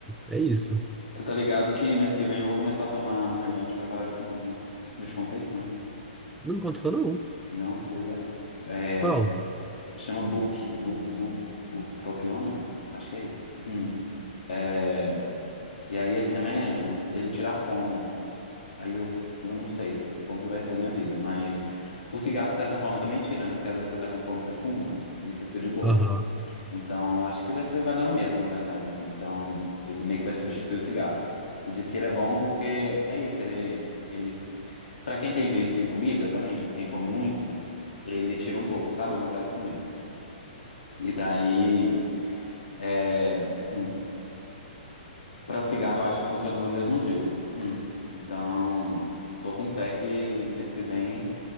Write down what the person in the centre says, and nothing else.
é, é isso.
Não me contou não.
Qual?
Aham.